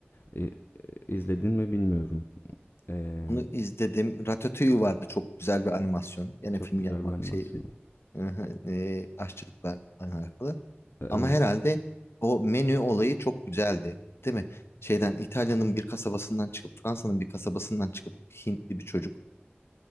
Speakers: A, on the left (about 60°); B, on the left (about 75°).
A: E, e, izledin mi bilmiyorum. Eee,
B: Onu izledim. Ratatouille vardı çok güzel bir animasyon. Yine
A: çok
B: film
A: güzel
B: yapmak
A: bir animasyonu.
B: şey <laughs> e, aşçılıkla alakalı.
A: Evet.
B: Ama herhalde o menü olayı çok güzeldi, değil mi? Şeyden İtalya'nın bir kasabasından çıkıp Fransa'nın bir kasabasından çıkıp Hintli bir çocuk